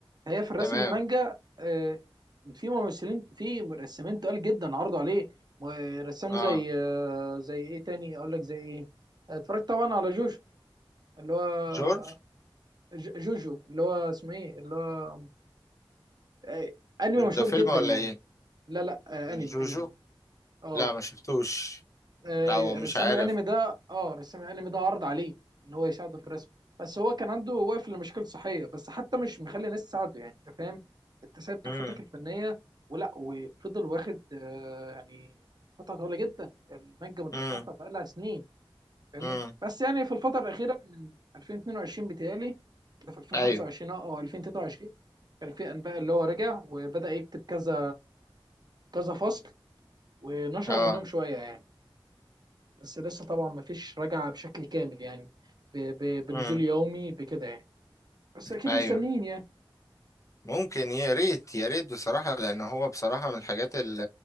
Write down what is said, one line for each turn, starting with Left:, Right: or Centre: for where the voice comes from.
Right: هي في الرسم
Left: تمام
Right: المانجا آه، في ممثلين في رسامين تقال جدا عرضوا عليه م- رسام
Left: اه
Right: زي آه، زي ايه تاني اقول لك زي ايه اتفرجت طبعا على جوجو اللي هو
Left: جورج
Right: ج- جوجو اللي هو اسمه ايه اللي هو آه، انمي
Left: ده
Right: مشهور
Left: فيلم
Right: جدا
Left: ولا
Right: يعني
Left: ايه
Right: لا لا آه
Left: جوجو
Right: انمي انمي اه
Left: لا ما شفتوش
Right: آه،
Left: او مش
Right: رسام
Left: عارف
Right: الانمي ده اه رسام الانمي ده عرض عليه ان هو يساعده في الرسم بس هو كان عنده واقف لمشاكل صحيه بس حتى مش مخلي ناس تساعده يعني انت فاهم انت سايب تحفتك
Left: امم
Right: الفنيه ولا وفضل واخد آه يعني فتره طويله جدا المانجا متوقفه
Left: امم
Right: بقالها سنين فاهمني
Left: امم
Right: بس يعني في الفتره الاخيره من 2022 بتهيألي ده في 2025
Left: ايوه
Right: اه او 2023 كان في انباء اللي هو رجع وبدأ يكتب كذا كذا فصل ونشر
Left: اه
Right: منهم شوية يعني بس لسه طبعا مفيش رجعة بشكل كامل يعني ب- ب- بنزول
Left: امم
Right: يومي بكده يعني بس أكيد
Left: ايوه
Right: مستنيين يعني
Left: ممكن يا ريت يا ريت بصراحة لأن هو بصراحة من الحاجات ال-